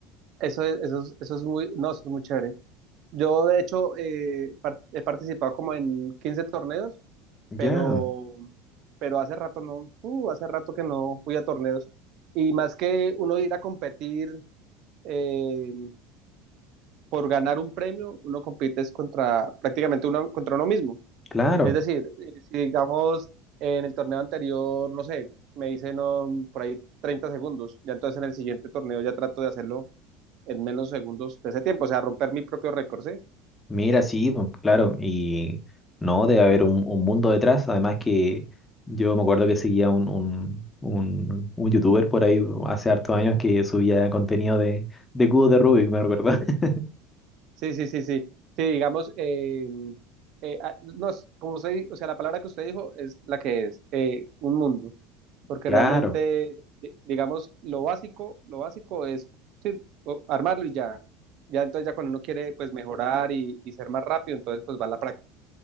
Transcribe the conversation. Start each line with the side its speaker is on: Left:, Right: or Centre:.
Right: Eso es, eso es, eso es muy, no, eso es muy chévere. Yo, de hecho, eh, par- he participado como en 15 torneos
Left: Ya,
Right: pero, pero hace rato no, uh, hace rato que no fui a torneos. Y más que uno ir a competir eh, por ganar un premio, uno compite es contra prácticamente uno, contra uno mismo.
Left: claro.
Right: Es decir, eh, si digamos en el torneo anterior, no sé, me hice no, por ahí 30 segundos, ya entonces en el siguiente torneo ya trato de hacerlo en menos segundos de ese tiempo, o sea, romper mi propio récord, ¿sí?
Left: Mira, sí, po, claro, y no, debe haber un, un mundo detrás, además que yo me acuerdo que seguía un, un, un, un youtuber por ahí hace hartos años que subía contenido de, de cubos de Rubik, me recuerdo. <laughs>
Right: Sí, sí, sí, sí. Sí, digamos, eh, eh, ah, no, es- como usted, di- o sea, la palabra que usted dijo es la que es, eh, un mundo, porque
Left: Claro,
Right: realmente, di- digamos, lo básico, lo básico es sí, o- armarlo y ya. Ya entonces ya cuando uno quiere pues mejorar y, y ser más rápido, entonces pues va la práctica.